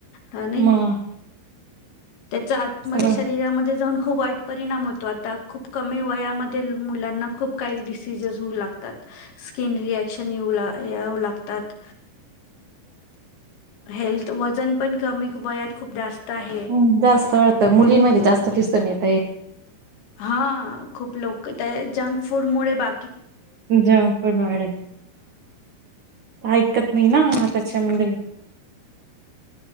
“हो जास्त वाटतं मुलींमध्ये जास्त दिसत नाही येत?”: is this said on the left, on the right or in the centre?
Right